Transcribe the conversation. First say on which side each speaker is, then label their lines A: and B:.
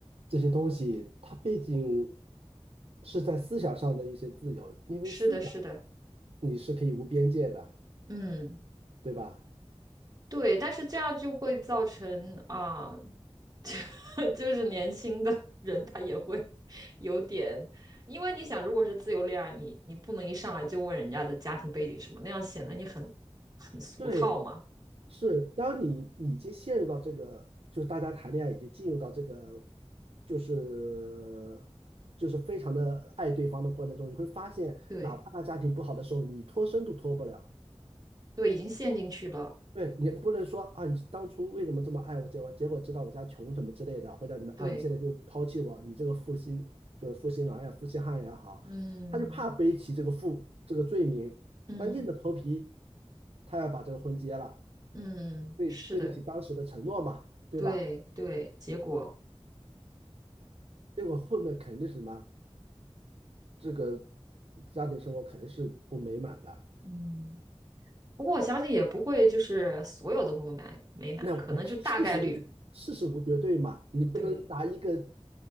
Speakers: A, on the right (about 65°); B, on the right (about 35°).
A: 这些东西，它毕竟是在思想上的一些自由，因为思想
B: 是的，是的，
A: 你是可以无边界的，
B: 嗯。
A: 对吧？
B: 对，但是这样就会造成啊，<laughs> 就就是年轻的人他也会有点，因为你想，如果是自由恋爱，你你不能一上来就问人家的家庭背景什么，那样显得你很很俗套嘛。
A: 对，是，当你已经陷入到这个，就是大家谈恋爱已经进入到这个，就是就是非常的爱对方的过程中，你会发现，
B: 对
A: 哪怕他家庭不好的时候，你脱身都脱不了。
B: 对，已经陷进去了。
A: 对，你不能说啊，你当初为什么这么爱我，结果结果知道我家穷什么之类的，或者怎么啊，
B: 对，
A: 你现在就抛弃我，你这个负心就是负心郎呀、负心汉也好，
B: 嗯
A: 他就怕背起这个负这个罪名，
B: 嗯
A: 但硬着头皮，他要把这个婚结了。
B: 嗯，
A: 对对得起当时的承诺嘛，
B: 是的，
A: 对吧？
B: 对对，结果
A: 结果后面肯定是什么，这个家庭生活肯定是不美满的。
B: 嗯，不过我相信也不会就是所有的不满美满，
A: 那呃事实无绝事实无绝对嘛，
B: 可能就大概率。
A: 你不能拿一个
B: 对，